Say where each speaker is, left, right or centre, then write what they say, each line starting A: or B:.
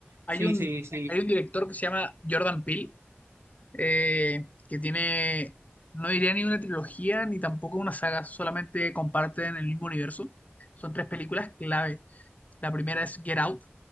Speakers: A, on the left (about 35°); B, on the right (about 80°).
A: Hay
B: sí,
A: un,
B: sí, sí.
A: hay un director que se llama Jordan Peele, eh, que tiene, no diría ni una trilogía ni tampoco una saga, solamente comparten el mismo universo. Son tres películas clave. La primera es Get Out.